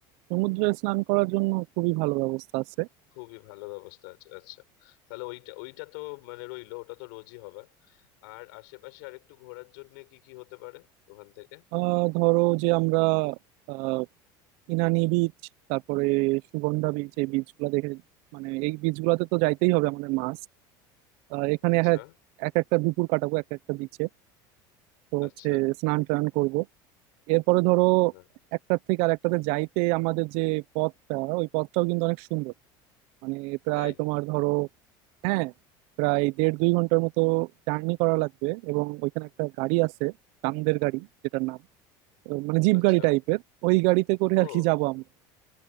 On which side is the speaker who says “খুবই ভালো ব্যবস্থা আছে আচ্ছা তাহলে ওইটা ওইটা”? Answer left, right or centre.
Left